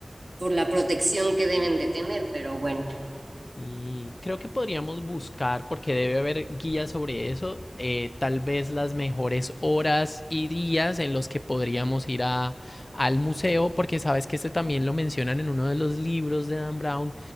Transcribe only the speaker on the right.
por la protección que deben de tener, pero bueno,